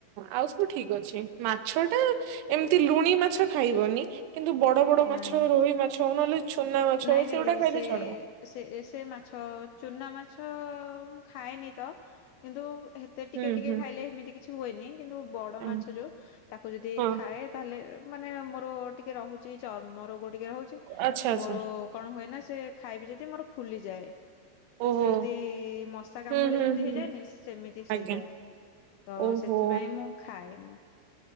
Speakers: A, on the right; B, on the left.
A: ଆଉ ସବୁ ଠିକ ଅଛି। ମାଛଟା ଏମତି ଲୁଣି ମାଛ ଖାଇ ବନି କିନ୍ତୁ ବଡ ବଡ ମାଛ,
B: ନାଇଁ
A: ରୋହି ମାଛ ହଉ ନହେଲେ ଚୁନା ମାଛ
B: ନାଇଁ
A: ହଉ
B: ଦିଦି,
A: ସେଗୁଡା ଖାଇଲେ
B: ସେ-ସେ-ସେ
A: ଚଳିବ
B: ମାଛ ଚୁନା ମାଛ ମାଛ ତ ମୁଁ ଖାଏନି ତ, କିନ୍ତୁ ହେତେ ଟିକେ
A: ହୁଁ
B: ଟିକେ
A: ହୁଁ
B: ଖାଇଲେ ହେମିତି କିଛି ହୁଏନି କିନ୍ତୁ ବଡ
A: ଆଁ,
B: ମାଛ ଯୋଉ, ତାକୁ ଯଦି
A: ହଁ
B: ଖାଏ ତାହେଲେ ମାନେ ମୋର ଟିକେ ରହୁଛି ଚର୍ମରୋଗ ଟିକେ ରହୁଛି,
A: ଆଚ୍ଛା ଆଚ୍ଛା
B: ମୋର କଣ ହୁଏ ନା ସିଏ ଖାଇବି ଯଦି ମୋର ଫୁଲିଯାଏ।
A: ଓହୋ
B: ସିଏ ଯେମତି ମଶା କାମୁଡ଼ିଲେ
A: ହୁଁ ହୁଁ
B: ଯେମତି
A: ହୁଁ
B: ହେଇଯାଏନି, ସେମିତି ସେଇଯାଏ।
A: ଆଜ୍ଞା
B: ତ
A: ଓହୋ
B: ସେଥିପାଇଁ ମୁଁ ଖାଏନି।